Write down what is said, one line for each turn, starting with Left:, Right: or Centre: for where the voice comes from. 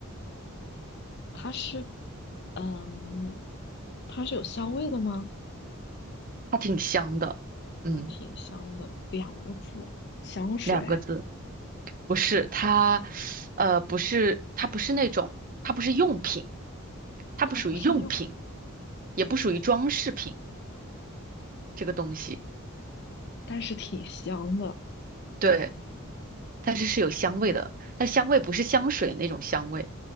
Left: 它是嗯，它是有香味的吗？
Right: 它挺香的，嗯，
Left: 它挺香的，两个字，香水。
Right: 两个字，不是它，呃，不是它不是那种，它不是用品，它不属于用品，
Left: 它不是用。
Right: 也不属于装饰品这个东西，
Left: 但是挺香的，
Right: 对，但是是有香味的，但香味不是香水那种香味，